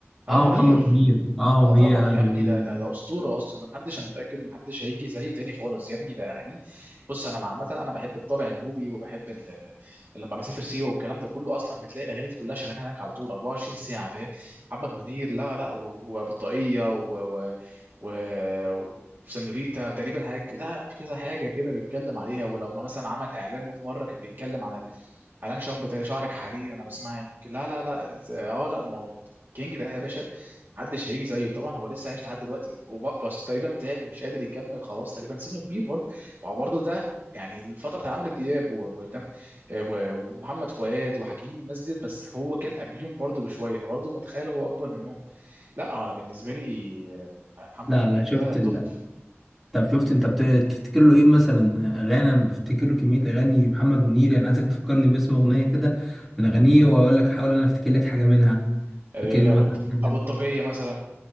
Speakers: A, on the right; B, in the centre.
A: اه
B: اه
A: منير
B: محمد منير اه
A: اه
B: منير
A: طبعا
B: يا لهوي
A: يا ابني ده ده ده اسطوره اصلا ده محدش انا متاكد محدش هيجي زيه تاني خالص يا ابني ده اغانيه بص انا مع- عامه انا بحب الطابع النوبي وبحب ال... ال- لما بسافر سيوه والكلام ده كله اصلا بتلاقي الاغاني دي كلها شغاله هناك على طول 24 ساعه فاهم محمد منير لا لا و- وبطاقيه و... و... و... وسانيوريتا تقريبا حاجه لا في كذا حاجه كده بيتكلم عليها ولو ما مثلا عمل اعلان في مره كان بيتكلم عن ال... اعلان شامبو تاني شعرك حرير انا بسمعك لا لا لا اه آه، لا الموضوع كينج ده يا باشا محدش هيجي زيه طبعا هو لسه عايش لحد دلوقتي وب- بس تقريبا تعب مش قادر يكمل خلاص تقريبا سنه كبير برضه ما هو برضه ده يعني من فتره عمرو دياب و- وتم- و- ومحمد فؤاد وحكيم والناس ديت بس هو كان قبليهم برضه بشويه فبرضه متخيل هو اكبر منهم لا انا بالنسبه لي آه، محمد
B: لا
A: منير
B: لا شفت
A: ده توب
B: ال... طب شفت انت بت... تفتكر له ايه مثلا اغاني انا بفتكر له كميه اغاني محمد منير يعني عايزك تفكرني باسم اغنيه كده من اغانيه واقول لك حاول انا افتكر لك حاجه منها
A: آه،
B: فاكر له
A: ابو
B: مثلا
A: الط- ابو الطاقيه مثلا